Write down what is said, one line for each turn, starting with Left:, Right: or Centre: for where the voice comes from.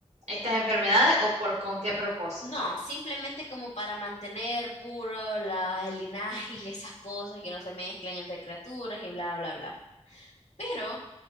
Right: estas enfermedades o por con qué propósito.
Left: No, simplemente como para mantener puro la, el linaje y esas cosas que no se mezclen entre criaturas y bla, bla, bla. Pero